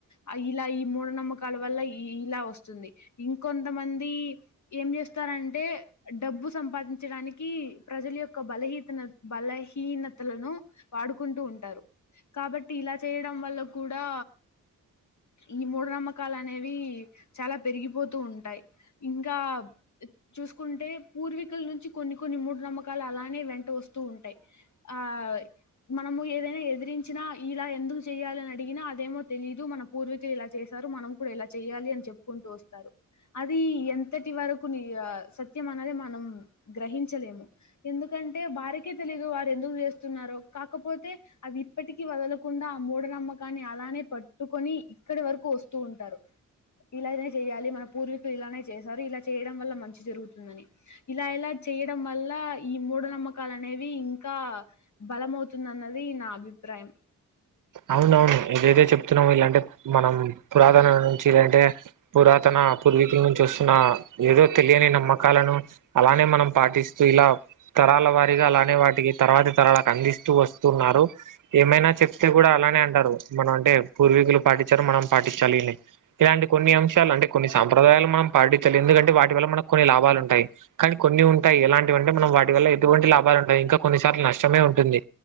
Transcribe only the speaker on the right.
అవునవును ఏదైతే చెప్తున్నామో ఇలాంటే మనం పురాతనం నుంచి అంటే పురాతన పూర్వీకుల నుంచి వస్తున్న ఏదో తెలియని నమ్మకాలను అలానే మనం పాటిస్తూ ఇలా తరాల వారిగా అలానే వాటికి తర్వాతి తరాలకు అందిస్తూ వస్ తున్నారు ఏమైనా చెప్తే గుడా అలానే అంటారు మనం అంటే పూర్వీకులు పాటించారు మనం పాటించాలి అని ఇలాంటి కొన్ని అంశాలు అంటే కొన్ని సాంప్రదాయాలు మనం పాటించాలి ఎందుకంటే వాటి వల్ల మనకు కొన్ని లాభాలు ఉంటాయి కానీ కొన్ని ఉంటాయి ఎలాంటివంటే మనం వాటి వల్ల ఎటువంటి లాభాలు ఉంటయి ఇంకా కొన్నిసార్లు నష్టమే ఉంటుంది